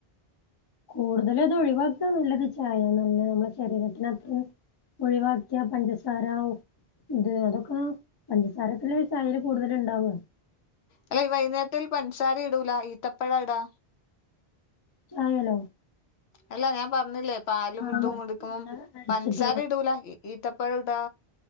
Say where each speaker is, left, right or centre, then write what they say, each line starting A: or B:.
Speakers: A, on the left (about 35°); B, on the left (about 80°).
A: കൂടുതല് അത് ഒഴിവാക്കാ നല്ലത് ചായ നല്ല നമ്മുടെ ശരീരത്തിന് അത്രയും ഒഴിവാക്കിയ പഞ്ചസാര ഇത് അതൊക്ക പഞ്ചസാരത്തില് ചായേല് കൂടുതല്ണ്ടാവും
B: അല്ലെ ഈ വൈന്നേരത്തേൽ പൻസാര ഇടൂല ഈത്തപ്പയാ ഇടാ
A: ചായേലോ
B: അല്ല ഞാൻ പറഞ്ഞില്ലേ പാലും
A: ആഹ്
B: ഇതും എടുക്കുമ്പം
A: അടിച്ചിട്ട്
B: പൻസാര ഇടൂല ഈത്തപ്പഴം ഇടാ